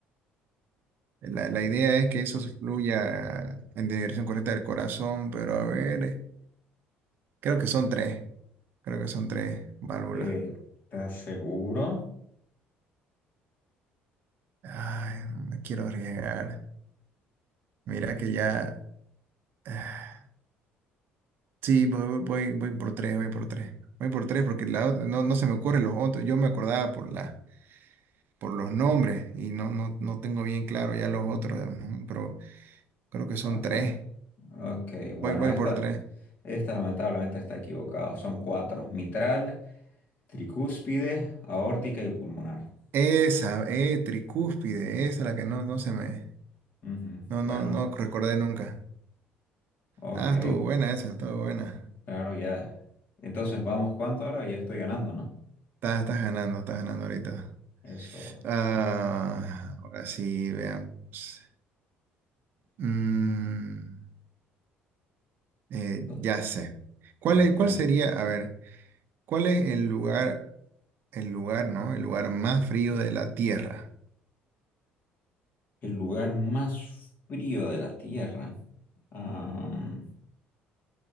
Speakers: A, on the right (about 55°); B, on the left (about 45°).
A: La, la idea es que eso se fluya en dirección correcta del corazón, pero a ver, eh, creo que son tres. Creo que son tres válvulas.
B: Eh, ¿estás seguro?
A: Ay, no me quiero arriesgar. Mira que ya. <sighs> Sí, voy, voy, voy voy por tres, voy por tres. Voy por tres
B: Oh,
A: porque la ot- no, no se me ocurren los otros. Yo me acordaba por la, por los nombres y no, no, no tengo bien claro ya los otros, ujú, pero creo que son
B: ok.
A: tres.
B: Ok, bueno,
A: Voy, voy
B: esta,
A: por tres.
B: esta lamentablemente está equivocado. Son cuatro: mitral, tricúspide, aórtica y pulmonar.
A: Esa, eh, tricúspide, esa la que no, no se me,
B: Ujú,
A: No,
B: Bueno,
A: no, no recordé nunca.
B: ok,
A: Ah, estuvo buena esa, estuvo buena.
B: claro, ya. Entonces, vamos, ¿cuánto ahora? Ya estoy ganando, ¿no?
A: Estás, estás ganando, estás ganando ahorita.
B: Eso.
A: Ah, ahora sí, veamos. Mm, eh,
B: to-
A: ya sé. ¿Cuál
B: Ok.
A: es- cuál sería, a ver, cuál es el lugar, el lugar, ¿no? El lugar más frío de la Tierra.
B: El lugar más frío de la Tierra. Am,